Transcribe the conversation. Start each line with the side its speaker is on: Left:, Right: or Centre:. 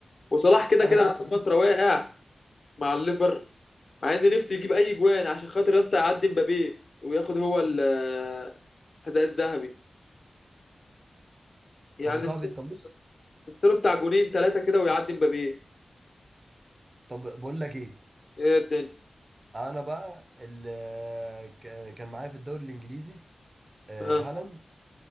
Left: وصلاح كده
Right: انا
Left: كده بقاله فترة واقع مع الليفر مع ان نفسي يجيب اي جوان عشان خاطر يا اسطى يعدي مبابي وياخد هو ال حذاء الذهبي يعني
Right: طب يا صاحبي
Left: الس-
Right: انت بص
Left: السير بتاع جونين ثلاثة كده ويعدي مبابي
Right: طب بقول لك ايه
Left: ايه الدنيا
Right: انا بقى اللي كان معايا في الدوري الانجليزي آه،
Left: اه
Right: هالاند